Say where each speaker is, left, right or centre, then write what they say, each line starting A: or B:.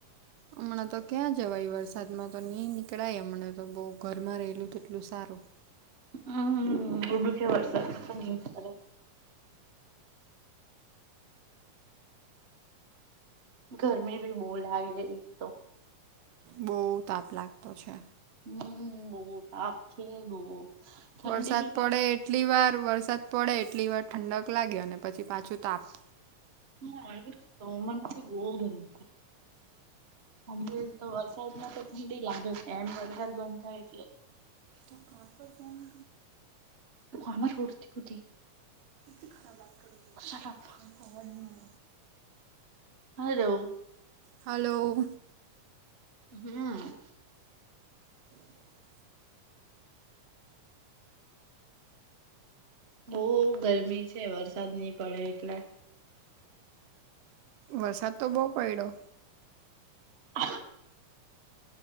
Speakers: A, on the right (about 80°); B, on the right (about 40°).
A: હમણાં તો ક્યાં જવાય વરસાદમાં તો ની નીકળાય હમણાં તો બહ ઘરમાં રહેલું તેટલું સારું
B: હમ્મ એ ભી છે વરસાદ <unintelligible> ઘરમી ભી બો લગે એક તો
A: બો તાપ લાગતો છે
B: હમ બો આખીનો ઠંડી
A: વરસાદ
B: બીના
A: પડે એટલી વાર વરસાદ પડે એટલી વાર ઠંડક લાગે અને પછી પાછું તાપ
B: હા તો મનેથી બહ ગરથ ઠંજ તો વરસાદમાં તો ઠંડી લાગે છે એમ વરસાદ બંધ થાય એટલે
A: દુકાન પર કેમ <unintelligible>
B: અમાર હોડતીધ હુધી
A: તીખા બાત કરું
B: અસા લગા
A: ખબર <unintelligible>
B: હલો.
A: હલો.
B: હા.
A: <inaudible>
B: બહુ ગરમી છે, વરસાદ નહીં પડે એટલે.
A: વરસાદ તો બહુ પઈડો.
B: <unintelligible>